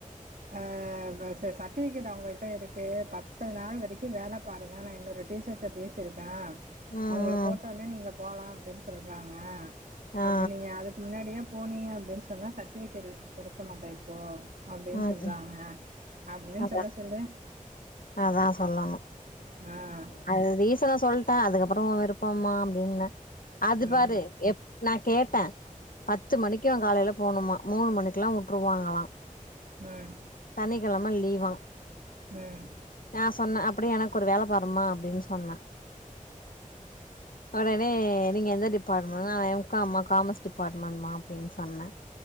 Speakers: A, on the right; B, on the left.
A: அ சர்ட்டிஃபிகேட் அவங்க கிட்ட இருக்கு பத்து நாள் வரைக்கும் வேலை பாருங்க நா இன்னொரு டீச்சர்ட பேசியிருக்கேன்
B: ம் ம்
A: அவங்கள போட்ட உட்னே நீங்க போலாம் அப்படின்னு சொல்றாங்க
B: ஆ ஆ
A: அப்படி நீங்க அதுக்கு முன்னாடியே போனீங்க அப்படின்னு சொன்னா சர்ட்டிஃபிகேட் கொடுக்க மாட்டே இப்போ அப்படின்னு
B: ம்
A: சொல்றாங்க
B: ம்
A: அப்படின்னு
B: அதா
A: சொல்ல சொல்லு
B: அதா சொல்லணும்
A: அ
B: அது ரீசன சொல்ட்டேன் அதுக்கப்புறம் உன் விருப்பம்மா அப்படின்னே அது
A: ம்
B: பாரு எப் நா கேட்டேன் பத்து மணிக்கு காலைல போணுமா மூணு மணிக்கெல்லாம் உட்டுருவாங்களா
A: ம்
B: சனிக்கிழமை லீவான்
A: ம்
B: நா சொன்னே அப்படியே எனக்கு ஒரு வேலை பாருமா அப்படின்னு சொன்னே உடனே நீங்க எந்த டிபார்ட்மெண்ட்னா நா எம் காம் மா காமர்ஸ் டிபார்ட்மெண்ட்மா அப்படின்னு சொன்னேன்